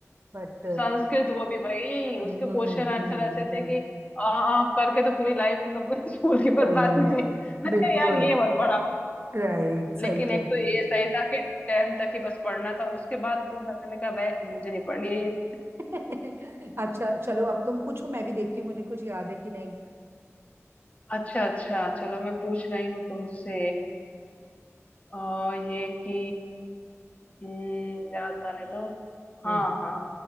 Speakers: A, on the right (about 50°); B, on the left (about 25°).
A: बट
B: संस्कृत वो भी भाई उसके
A: हम्म हम्म
B: क्वेश्चन आंसर ऐसे
A: हम्म,
B: थे कि आ, आ, करके तो पूरी लाइफ मतलब <laughs> स्कूल की
A: सही
B: बर्बादी
A: में
B: थी मैंने
A: बिल्कुल
B: कहा यार ये मत पढ़ाओ
A: राइट सही
B: लेकिन एक
A: कर लिया
B: तो ये सही था कि टेंथ तक ही बस पढ़ना था उसके बाद तो मैंने कहा वह मुझे नहीं पढ़नी है ये
A: <laughs> अच्छा चलो अब तुम पूछो मैं भी देखती हूँ मुझे कुछ याद है कि नहीं
B: अच्छा अच्छा चलो मैं पूछ रही हूँ तुमसे आ, ये कि हम्म, याद आने दो हाँ
A: हम्म
B: हाँ